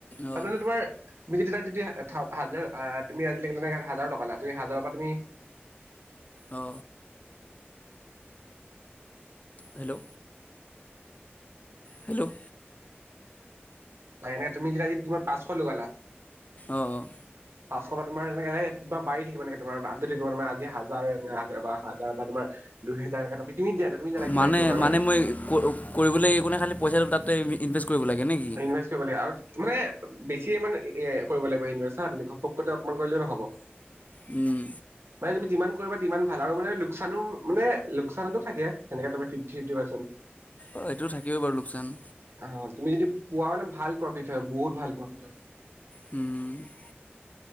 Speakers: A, on the left; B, on the right.
A: অঁ
B: তাতে তোমাৰ তুমি যদি তাত যদি হাজাৰ আহ তুমি আজিলিলে হাজাৰ টকা লা তুমি হাজাৰৰ পৰা তুমি
A: অ। হেল্ল' হেল্ল'
B: বা এনে যেতিয়া যি পাঁচ কত 'লগা'লা?
A: অ'
B: পাঁচশ তোমাৰ এনে তোমাৰ বাৰি থাকিব এনে থাকিব আজি হাজাৰ বা হাজাৰ তোমাৰ দুহেজাৰ তুমি দিয়া তুমি জানা কেইটা
A: মানে
B: উইড্ৰ কৰা
A: মানে মই কৰিবলৈ একো নাই খালী পইচাটো তাতে ইনভেষ্ট কৰিব লাগে নে কি
B: ইনভেষ্ট কৰিব লাগে আৰু মানে বেছি ইনভেষ্ট কৰিব লাগিব ইছা তুমি ঘপকক অকমান কৰিলে নহ'ব
A: উম
B: মানে যিমান কৰিবা মান ভাল আৰু মানে লোকচানো মানে লোকচানতো থাকে সেকে ত ফিফ ফিফট পাৰ্চেণ্ট
A: অ এইটো থাকিব বাৰু লোকচান
B: অ তুমি যদি পোৱা মানে ভাল প্ৰফিট হয় বহুত ভাল প্ৰফিট হয়
A: উম